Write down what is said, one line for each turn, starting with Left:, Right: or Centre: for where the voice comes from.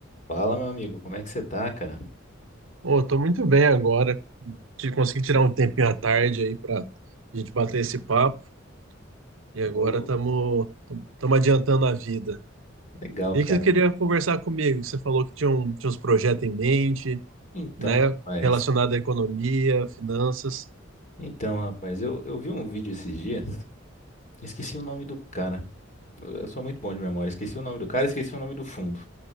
Left: Fala, meu amigo, como é que você tá, cara?
Right: Pô, tô muito bem agora. Te- Consegui tirar um tempinho à tarde aí pra gente bater esse papo. E agora
Left: Ô,
Right: estamos adiantando a vida.
Left: legal,
Right: E
Left: cara.
Right: que você queria conversar comigo? que Você falou que tinha, um- tinha uns projetos em mente,
Left: Então,
Right: né?
Left: rapaz.
Right: Relacionado à economia, finanças.
Left: Então, rapaz, eu, eu vi um vídeo esses dias, esqueci o nome do cara. Eu eu sou muito bom de memória, esqueci o nome do cara, esqueci o nome do fundo.